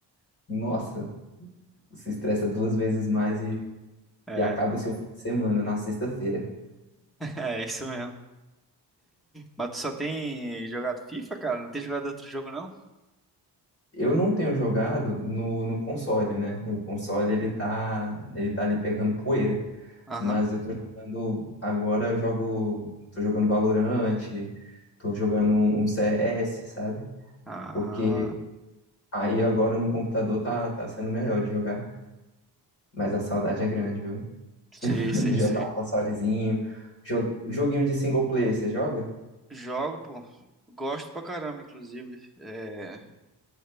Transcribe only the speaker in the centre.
É,
<laughs> é isso mesmo. Mas tu só tem jogado FIFA, cara? Não tem jogado outro jogo, não?
Aham.
Ah,
sei, sei,
sei.
Jogo, pô. Gosto pra caramba, inclusive. É,